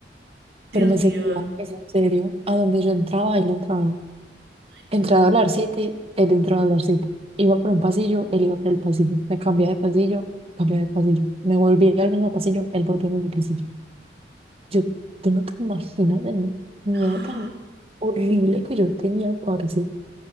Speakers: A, on the right; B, on the right.
A: Dios
B: pero me
A: mío,
B: seguía, es en serio, a donde yo entraba, él entraba,
A: ay, Dios
B: Entré
A: mío.
B: a Dollar City, él entró a Dollar City. Iba por un pasillo, él iba por el pasillo. Me cambié de pasillo, cambié de pasillo. Me volví al mismo pasillo, él volvió al mismo pasillo. Yo, tú no te imaginas el miedo
A: ¡Ah!
B: tan horrible que yo tenía, parce.